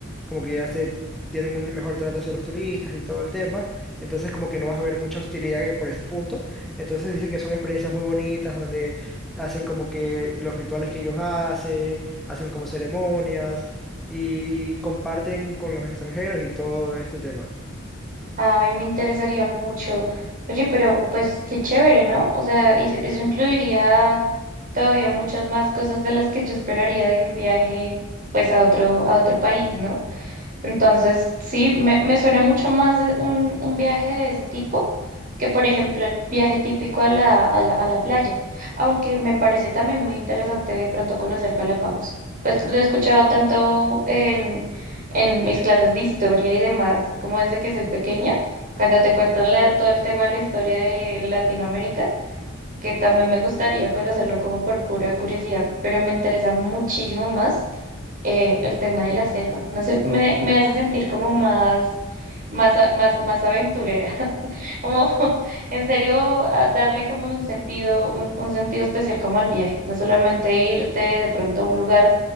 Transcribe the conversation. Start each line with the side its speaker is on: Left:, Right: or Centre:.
Centre: como que ya se tienen un mejor trato hacia los turistas y todo el tema. Entonces como que no vas a ver mucha hostilidad que- por ese punto. Entonces dice que son experiencias muy bonitas donde hacen como que los rituales que ellos hacen, hacen como ceremonias y comparten con los extranjeros y todo este tema.
Right: Ay, me interesaría mucho. Oye, pero pues qué chévere, ¿no? O sea, y eso incluiría todavía muchas más cosas de las que yo esperaría de un viaje, pues a otro, a otro país, ¿no? Entonces, sí, me, me suena mucho más de un, un viaje de ese tipo que, por ejemplo, el viaje típico a la, a la, a la playa, aunque me parece también muy interesante de pronto conocer Galápagos. Pues lo he escuchado tanto en, en mis clases de historia y demás, como desde que soy pequeña, cuando te cuentan la- todo el tema de la historia de Latinoamérica, que también me gustaría conocerlo como por pura curiosidad, pero me interesa muchísimo más eh, el tema de la selva. No sé, me, me hace sentir como más, más, a- más, más aventurera. <laughs> Como en serio a darle como un sentido, un, un sentido especial como al viaje. No solamente irte de pronto a un lugar